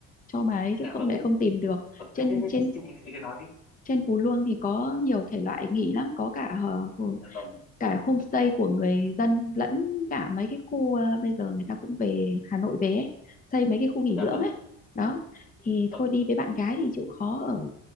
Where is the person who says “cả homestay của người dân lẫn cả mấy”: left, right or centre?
Left